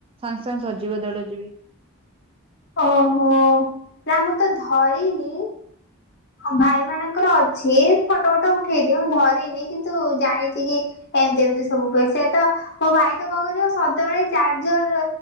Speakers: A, on the right; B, on the left.
A: ସାଙ୍ଗେ ସାଙ୍ଗେ ସରିଯିବ ଦେଢ଼ ଜିବି।
B: ଓ ହୋ ନା ମୁଁ ତ ଧରିନି, ଭାଇ ମାନଙ୍କର ଅଛି ଫଟବଟ ଉଠେଇ ଦିଅ ମୁଁ ଧରିନି କିନ୍ତୁ ଜାଣିଚି କ ଏମତି ଏମିତି ସବୁ ହୁଏ। ସେତ ମୋ ଭାଇ ତ କଣ କରିବ ସଦାବେଳେ ଚାର୍ଜର